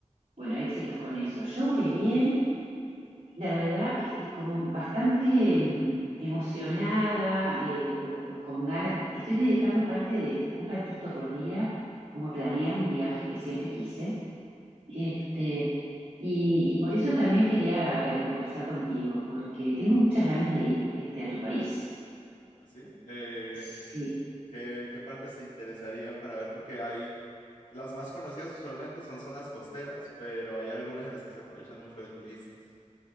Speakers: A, on the right; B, on the left.
A: Bueno, éxitos con eso. Yo voy bien, la verdad, este, como bastante mm, emocionada eh, o co- con, ganas. Estoy dedicando parte de un ratito por día como a planear un viaje que siempre quise. Este,
B: ¿Sí?
A: y, y por eso también quería eh, conversar contigo, porque tengo muchas ganas de ir este, a tu país.
B: ¿Así? Eh,
A: Sí,
B: ¿qué, qué partes te interesarían para ver? Porque hay... Las más conocidas usualmente son zonas costeras, pero hay algunas en las que se aprovechan mucho de turistas.